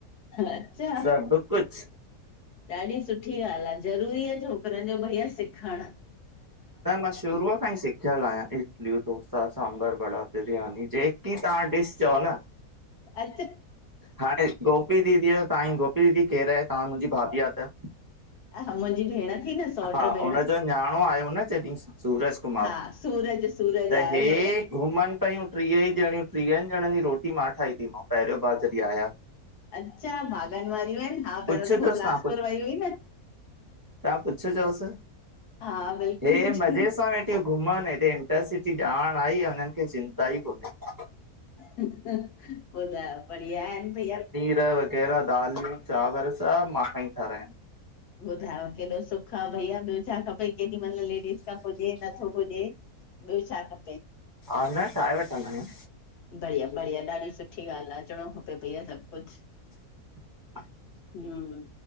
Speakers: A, on the left (about 90°); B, on the right (about 20°).
A: अच्छा
B: सभु कुछ
A: ॾाढी सुठी ॻाल्हि आहे ज़रूरी आहे छोकरन जो भईया सिखण।
B: न मां शुरूअ खां ई सिखयल आहियां। इडली डोसा सांभर वड़ा बिरयानी जेकी तव्हां डिश चओ न
A: अच्छा
B: हाणे गोपी दीदी साईं गो दीदी केर आहे तव्हां मुंहिंजी भाभी आहे त?
A: हा मुंहिंजी भेण। थी न सौट
B: हा
A: भेण
B: हुनजो न्याणो आयो न जॾहिं सूरज कुमार
A: हा सूरज सूरज
B: त
A: आयो
B: हे
A: हुयो,
B: घुमन पयूं टीह ई ॼणियूं टीयन ॼणन जी रोटी मां ठाही तिमांव पहरयों बार जॾहिं आयां।
A: अच्छा बाॻन वारियूं आहिन हा
B: पुछजोसि
A: पहरयों दफ़ो बिलासपुर
B: तव्हां
A: वई हुई न
B: पुछ जोस
A: हा बिल्कुलु
B: हे
A: पुछंदी
B: मज़े सां वेठ त घुमन हेॾे इंटरसिटी ॼाण आई ऐं हुनन खे चिंता ई कोन्हे।
A: हो त बढ़िया आहिन भईया
B: गर वग़ैरह दालूं चांवर सब मांखा ही ठा रायन
A: ॿुधायो केॾो सुख आ भईया ॿियो छा खपे केॾी महिल लेडीस खां पुॾे ही नथो पूॾये ॿियो छा खपे?
B: ऑनलाइन ठाहे वठन्दा आयूं।
A: बढ़िया बढ़िया ॾाढी सुठी ॻाल्हि आ अचणो खपे भैया सब कुछ।
B: <inaudible>
A: हम्म